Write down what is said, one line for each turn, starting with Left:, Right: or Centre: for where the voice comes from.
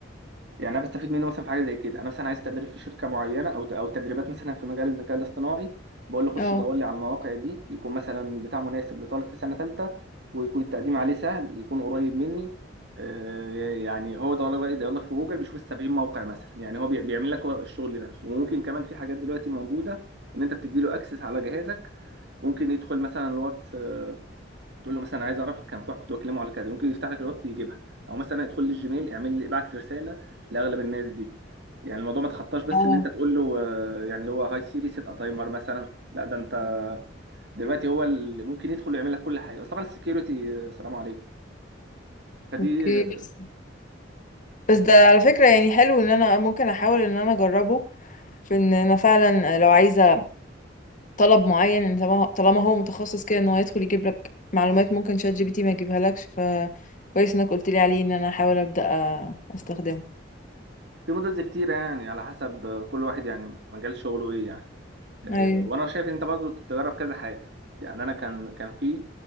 Right: يعني انا بستفيد منه مثلا في حاجه زي كده انا مثلا عايز تدريب في شركه معينه او او تدريبات مثلا في مجال الذكاء الاصطناعي بقول له خش
Left: اه
Right: دور لي على المواقع دي يكون مثلا بتاع مناسب لطالب في سنه ثالثه ويكون التقديم عليه سهل يكون قريب مني آه، يعني هو ده بقى يدور لك في جوجل بيشوف ال 70 موقع مثلا يعني هو بي- بيعمل لك هو الشغل نفسه وممكن كمان في حاجات دلوقتي موجوده ان انت بتدي له اكسس على جهازك ممكن يدخل مثلا الواتس آه، تقول له مثلا عايز اعرف كان في واحد كنت بكلمه على كذا ممكن يفتح لك الوقت يجيبها او مثلا ادخل لي الجيميل اعمل لي ابعت لي رساله لاغلب الناس دي يعني الموضوع ما تخطاش بس
Left: اه
Right: ان انت تقول له آه، يعني اللي هو هاي سيري سيت ا تايمر مثلا لا ده انت دلوقتي هو اللي ممكن يدخل ويعمل لك كل حاجه بس طبعا السكيورتي سلام عليكم فدي
Left: اوكي
Right: آه،
Left: بس بس ده على فكره يعني حلو ان انا ممكن احاول ان انا اجربه في ان انا فعلا لو عايزه طلب معين يعني طالما طالما هو متخصص كده ان هو يدخل يجيب لك معلومات ممكن شات جي بي تي ما يجيبها لكش فكويس انك قلت لي عليه ان انا احاول ابدا أ- استخدمه
Right: في مودلز كتيره يعني على حسب آه، كل واحد يعني مجال شغله ايه يعني آه،
Left: ايوه
Right: وانا شايف انت برضو تجرب كذا حاجه يعني انا كان كان في